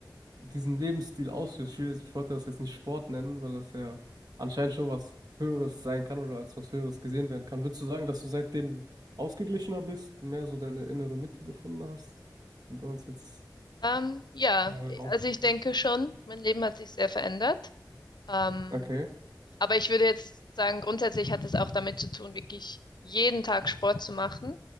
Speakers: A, on the right (about 65°); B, on the left (about 75°).
A: diesen Lebensstil ausführst, ich will jetzt- ich wollte das jetzt nicht Sport nennen, weil das ja anscheinend schon was Höheres sein kann oder als was Höheres gesehen werden kann, würdest du sagen, dass du seitdem ausgeglichener bist, mehr so deine innere Mitte gefunden hast, wie wir uns jetzt
B: Ähm, ja,
A: äh, ausdrücken
B: also ich denke
A: möchten?
B: schon, mein Leben hat sich sehr verändert. Ähm,
A: Okay.
B: aber ich würde jetzt sagen, grundsätzlich hat es auch damit zu tun, wirklich jeden Tag Sport zu machen.